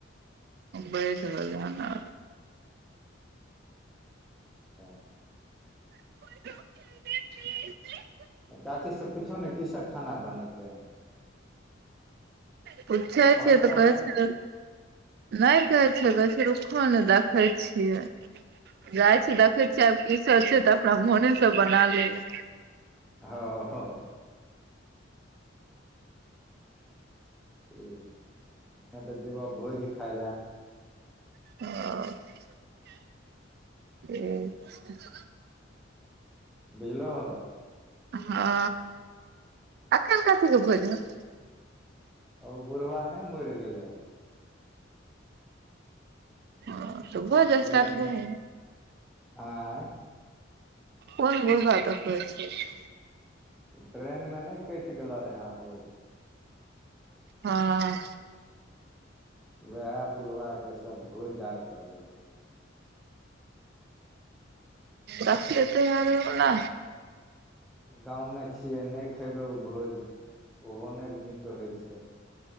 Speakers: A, on the right; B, in the centre.
A: बैठ रहलै हन आब।
B: हच
A: <inaudible>
B: चाची सँ पूछियौ ने की स खाना बनेतैै।
A: पूछै
B: कहलकऽ
A: छियै तऽ कहै
B: नहि
A: छन नय कहै छै, कहै छै रुखो न देखै छियै। जाइ छीयै देखै छै आब किसब छै तऽ अपना मोने स बनालैला
B: ह ह ठीक छै त हमे तऽ जेबा भोज खाय लए।
A: <unintelligible> ठिक छैय
B: बुझलह
A: ह एखन कथीके भोज ह
B: ओ बुढ़वा नै मैर गेलै।
A: हं त भोज
B: जे
A: एसटाट
B: ट्रेनमे
A: करु ने
B: आँय
A: कोन बुढ़बा द कहै छीए
B: ट्रेनमे नै कैट गेलो रहए हो।
A: हांँ
B: वएह बुढ़बाके सभ भोज आर करै जाइ छै।
A: रखले तऽ एरोना
B: गाँव म छियै नै खयबै ओ भोज ओहो नै नीक होइ छै।